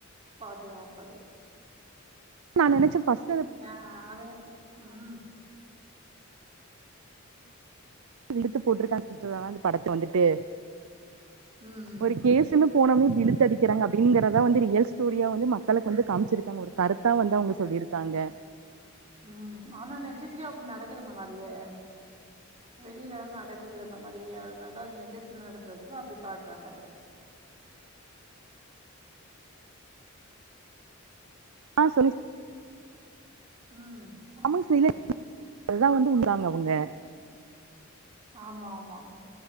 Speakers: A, on the right; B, on the right.
A: ஃபாதி ஆஃப்பரு
B: நா நெனச்ச ஃபஸ்
A: நா அத ம்
B: இழுத்து போட்டுருக்கான்னு சிஸ்டர் ஆனா அந்த படத்த வந்துட்டு
A: ம் ம்
B: ஒரு கேஸ் போனே இப்டி இழுத்தடிக்கிறாங்க அப்டிங்கிறத வந்து ரியல் ஸ்டோரியா வந்து மக்களுக்கு வந்து காமிச்சிருக்காங்க கருத்தா வந்து அவுங்க சொல்லிருக்காங்க
A: ம் ஆனா நெஜத்லியு அப்டி நடக்குதுமா நெறைய வெளிலதா நடக்குது அந்த மாரி அதனால தா அது நிஜத்துல நடந்ததுதா அப்டி காட்டுறாங்க அது
B: ஆ சொல்யுச்
A: ம்
B: ஆமாங்க சில அதுதா வந்து வுழ்தாங்க அவுங்க
A: ஆமா ஆமா